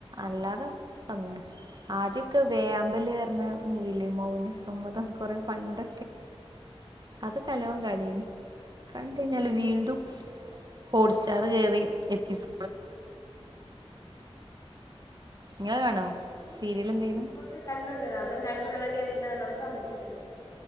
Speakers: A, on the right; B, on the left.
A: അല്ലാതെ
B: ഉം
A: കമ്മിയാ ആദ്യോക്കെ വേയാമ്പല് പർഞ മൂവില്ലേ മൗന സമ്മതം
B: ആഹ്
A: കൊറേ പണ്ട്
B: ആഹ്
A: അതൊക്കല്ലോം
B: ഉം ഉം
A: കാണേയ്നി കണ്ടെയ്ഞ്ഞാൽ വീണ്ടും ഹോഡ്സ്റ്റാർ കേറി എപ്പിസോ
B: <unintelligible>
A: നിങ്ങൾ കാണോ സീരിയൽ
B: ആ
A: എന്തെങ്കിലും
B: മുമ്പൊക്കെ കണ്ടോണ്ട്ര്ന്നാ പ്പം കണ്ട് തൊടങ്ങിയാ പിന്നെ അത് നിർത്താൻ പറ്റൂലല്ലോ